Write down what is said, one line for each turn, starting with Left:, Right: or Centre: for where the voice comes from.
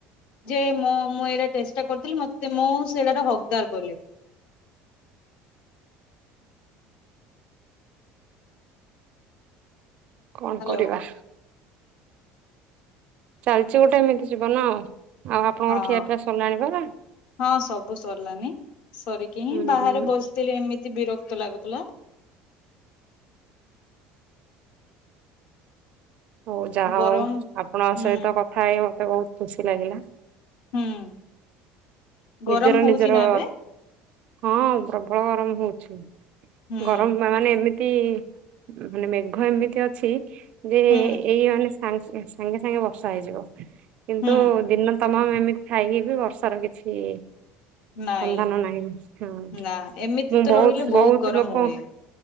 Left: ଯେ ମୋ ମୁଁ ଏଇଟା ଚେଷ୍ଟା କରୁଥିଲି ମତେ ମୁଁ ସେଇଟ ର ହକଦାର୍ ବୋଲି।
Right: କଣ
Left: ହ୍ୟାଲୋ
Right: କରିବା। ଚାଲିଛି ଗୋଟେ ଏମିତି ଯିବନ ଆଉ ଆପଣଙ୍କର
Left: ହଁ
Right: ଖିଆ ପିଆ ସରିଲାଣି ପରା।
Left: ହଁ ସବୁ ସରିଲାନି ସରିକି ହିଁ
Right: ହୁଁ
Left: ବାହାରେ
Right: ହୁଁ
Left: ବସିଥିଲି ଏମିତି ବିରକ୍ତ ଲାଗୁଥିଲା।
Right: ହଉ ଯାହା
Left: ଗରମ
Right: ହଉ ଆପଣଙ୍କ
Left: ହୁଁ
Right: ସହିତ କଥା ହେଇ ମତେ ବହୁତ ଖୁସି ଲାଗିଲା
Left: ହୁଁ ଗରମ
Right: ନିଜର
Left: ହଉଛି
Right: ନିଜର
Left: ନା ଏବେ
Right: ହଁ ପ୍ରବଳ ଗରମ ହଉଛି
Left: ହୁଁ
Right: ଗରମ ମାନେ ଏମି- ତି ମାନେ ମେଘ ଏମିତି ଅଛି ଯେ ଏଇ
Left: ହୁଁ।
Right: ମାନେ ସା ସାଙ୍ଗେ ସାଙ୍ଗେ ବର୍ଷା ହେଇଯିବ କିନ୍ତୁ
Left: ହୁଁ
Right: ଦିନ ତମ ଏମିତି ଖାଇକି ବି ବର୍ଷାର କିଛି ସନ୍ଧାନ
Left: ନାଇଁ
Right: ନାହିଁ ହଁ
Left: ନା ଏମିତି
Right: ମୁଁ
Left: ତ
Right: ବହୁତ
Left: ରହିଲେ
Right: ବହୁତ
Left: ଗରମ
Right: ଲୋକ
Left: ହୁଏ।